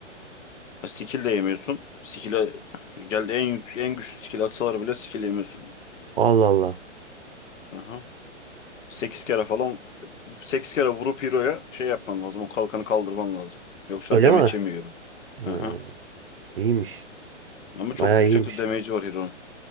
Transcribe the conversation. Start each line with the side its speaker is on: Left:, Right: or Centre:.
Left: Ya skill de yemiyorsun. Skill'e <laughs> geldi en yük- en güçlü skill atsalar bile skill yemiyorsun.
Right: Allah Allah.
Left: Aha. 8 kere falan sekiz kere vurup hero'ya şey yapman lazım. O kalkanı kaldırman lazım. Yoksa
Right: Öyle
Left: damage
Right: mi?
Left: yemiyor hero.
Right: Ha,
Left: Aha.
Right: iyiymiş.
Left: Ama çok
Right: Bayağı
Left: yüksekte
Right: iyiymiş.
Left: damage var hero'nun.